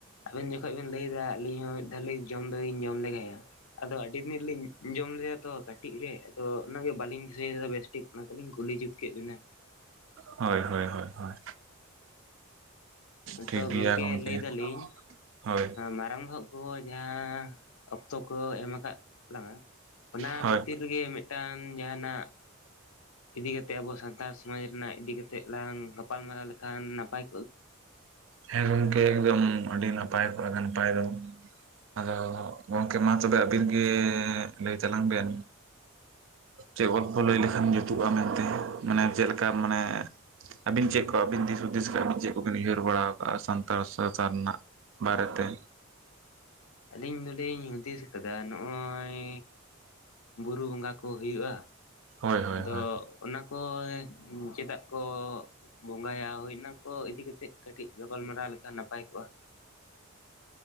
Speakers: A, on the left (about 85°); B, on the right (about 65°).
A: ᱟᱵᱮᱱ ᱡᱚᱠᱷᱚᱱ ᱵᱮᱱ ᱞᱟᱹᱭᱮᱫᱟ, ᱟᱹᱞᱤᱧ ᱦᱚᱸ ᱢᱤᱫ ᱫᱷᱟᱣᱞᱤᱧ ᱡᱚᱢ ᱫᱚᱞᱤᱧ ᱡᱚᱢ ᱞᱮᱜᱟᱭᱟ᱿ ᱟᱫᱚ ᱟᱹᱰᱤ ᱫᱤᱱ ᱨᱮᱞᱤᱧ ᱡᱚᱢ ᱞᱮᱫᱟ ᱛᱚ᱾ ᱠᱟᱹᱴᱤᱡ ᱨᱮ, ᱟᱫᱚ ᱚᱱᱟ ᱜᱮ ᱵᱟᱹᱞᱤᱧ ᱫᱤᱥᱟᱹᱭᱮᱫᱟ ᱵᱮᱥᱴᱷᱤᱠ, ᱚᱱᱟᱛᱮᱞᱤᱧ ᱠᱩᱞᱤ ᱡᱩᱛ ᱠᱮᱫ ᱵᱮᱤᱱᱟ᱾
B: ᱦᱳᱭ ᱦᱳᱭ ᱦᱳᱭ ᱦᱳᱭ ᱴᱷᱤᱠ
A: ᱛᱚ
B: ᱜᱮᱭᱟ
A: ᱜᱚᱝᱠᱮ
B: ᱜᱚᱢᱠᱮ
A: ᱞᱟᱹᱭ ᱫᱟᱞᱤᱧ᱾
B: ᱦᱳᱭ
A: ᱢᱟᱨᱟᱝ ᱵᱚᱦᱚᱜ ᱠᱚ, ᱡᱟᱦᱟᱸ ᱚᱠᱛᱚ ᱠᱚ ᱮᱢ ᱟᱠᱟᱫ ᱞᱟᱝᱟ᱾ ᱚᱱᱟ
B: ᱦᱳᱭ
A: ᱵᱷᱤᱛᱤᱨ ᱨᱮᱜᱮ, ᱢᱤᱫᱴᱟᱝ ᱡᱟᱦᱟᱱᱟᱜ᱾ ᱤᱫᱤ ᱠᱟᱛᱮ ᱟᱵᱚ ᱥᱟᱱᱛᱟᱲ ᱥᱚᱢᱟᱡᱽ ᱨᱮᱱᱟᱜ ᱤᱫᱤ ᱠᱟᱛᱮᱫ ᱞᱟᱝ ᱜᱟᱯᱟᱞᱢᱟᱨᱟᱣ ᱞᱮᱠᱷᱟᱱ ᱱᱟᱯᱟᱭᱼᱼ
B: ᱦᱮᱸ ᱜᱚᱝᱠᱮ ᱮᱠᱫᱚᱢ ᱟᱹᱰᱤ ᱱᱟᱯᱟᱭ ᱠᱚᱜᱼᱟ ᱱᱟᱯᱟᱭ ᱫᱚ ᱟᱫᱚ ᱜᱚᱝᱠᱮ ᱢᱟ ᱛᱚᱵᱮ ᱟᱹᱵᱤᱱ ᱜᱮ ᱞᱟᱹᱭ ᱛᱟᱞᱟᱝ ᱵᱮᱱ᱾ ᱪᱮᱫ ᱜᱚᱞᱯᱚ ᱞᱟᱹᱭ ᱞᱮᱠᱷᱟᱱ ᱡᱩᱛᱩᱜᱼᱟ ᱢᱮᱱᱛᱮ ᱢᱟᱱᱮ ᱪᱮᱫᱠᱟ ᱢᱟᱱᱮ ᱟᱵᱤᱱ ᱪᱮᱫ ᱠᱚ ᱟᱵᱤᱱ ᱫᱤᱥ ᱩᱫᱤᱥ ᱠᱟᱜ-ᱟ ᱵᱤᱱ ᱪᱮᱫ ᱠᱚᱵᱤᱱ ᱩᱭᱦᱟᱹᱨ ᱵᱟᱲᱟ ᱟᱠᱟᱜᱼᱟ ᱥᱟᱱᱛᱟᱲ ᱥᱟᱶᱛᱟ ᱨᱮᱱᱟᱜ ᱵᱟᱨᱮ ᱛᱮ?
A: ᱟᱹᱞᱤᱧ ᱫᱚᱞᱤᱧ ᱦᱩᱫᱤᱥ ᱟᱠᱟᱫᱟ ᱱᱚᱜᱼᱚᱭᱼᱼ ᱵᱩᱨᱩ ᱵᱚᱸᱜᱟ ᱠᱚ ᱦᱩᱭᱩᱜᱼᱟ,
B: ᱦᱳᱭ ᱦᱳᱭ
A: ᱟᱫᱚᱼᱼ
B: ᱦᱳᱭ
A: ᱚᱱᱟ ᱠᱚ ᱪᱮᱫᱟᱜ ᱠᱚ ᱵᱚᱸᱜᱟᱭᱟ? ᱦᱩᱭᱳᱱᱟᱠᱚ ᱤᱫᱤ ᱠᱟᱛᱮᱜ ᱠᱟᱹᱴᱤᱡ ᱜᱟᱯᱟᱞᱢᱟᱨᱟᱣ ᱞᱮᱠᱟ ᱱᱟᱯᱟᱭ ᱠᱚᱜᱼᱟ᱾